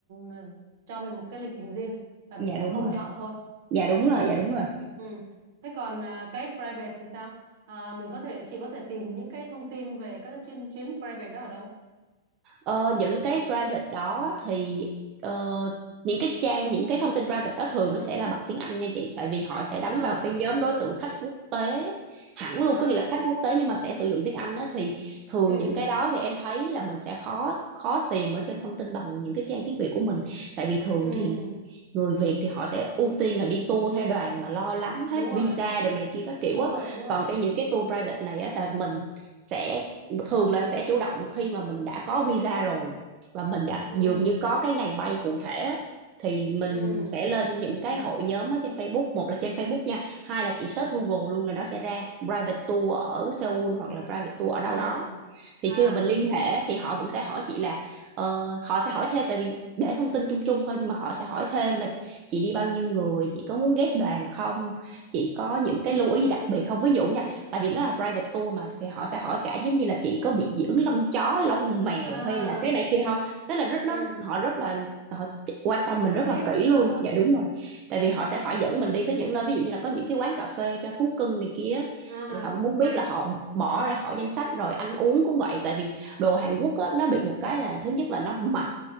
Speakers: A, on the right; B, on the right.
A: ừm, cho mình một cái lịch trình riêng và mình
B: dạ
A: trả
B: đúng
A: công
B: rồi
A: cho họ thôi,
B: dạ đúng
A: đúng
B: rồi
A: không?
B: dạ đúng rồi
A: Ừ. Thế còn à, cái private thì sao? À, mình có thể chị có thể tìm những cái thông tin về các cái chuyến chuyến private đó ở đâu?
B: Ờ, những cái private đó thì ờ, những cái trang những cái thông tin private đó thường nó sẽ là bằng tiếng Anh nha chị tại vì họ sẽ đánh
A: À
B: vào cái nhóm đối tượng khách quốc tế hẳn
A: à
B: luôn có nghĩa là khách quốc tế nhưng mà sẽ sử dụng tiếng Anh đó thì thường
A: ừ
B: những cái đó thì em thấy là mình sẽ khó khó tìm ở trên thông tin bằng những cái trang tiếng Việt của mình tại vì thường
A: ừ
B: thì người Việt thì họ sẽ ưu tiên là đi tour theo đoàn mà lo lắng
A: đúng
B: hết
A: rồi,
B: visa đồ này kia các kiểu
A: đúng
B: á
A: rồi, đúng rồi.
B: còn cái những cái tour private này á là mình sẽ thường là sẽ chủ động khi mà mình đã có visa rồi và mình đã
A: Ừ
B: dường như có cái ngày bay cụ thể á, thì mình
A: ừ
B: sẽ lên những cái hội nhóm ở trên Facebook một là trên Facebook nha hai là chỉ search Google luôn là nó sẽ ra private tour ở Seoul hoặc là private tour ở
A: à
B: đâu đó thì
A: à
B: khi mà mình liên hệ thì họ vẫn sẽ hỏi chị là ờ, họ sẽ hỏi thêm tại vì để thông tin chung chung thôi nhưng mà họ sẽ hỏi thêm là chị đi bao nhiêu người chị có muốn ghép đoàn không chị có những cái lưu ý gì đặc biệt không ví dụ nha tại vì nó là private tour mà thì họ sẽ hỏi cả giống như là chị có bị dị ứng lông chó lông mèo
A: à
B: hay là cái này kia không tức là rất
A: ừ
B: nó họ rất là họ quan tâm mình
A: chi
B: rất là
A: tiết
B: kỹ luôn
A: ờ
B: dạ đúng rồi tại vì họ sẽ phải dẫn mình đi tới những nơi ví dụ như là có những cái quán cà phê cho thú cưng này kia
A: à
B: thì họ cũng muốn biết
A: hay
B: là họ bỏ ra khỏi danh sách rồi ăn uống cũng vậy tại vì đồ Hàn Quốc á, nó bị một cái là thứ nhất là nó mặn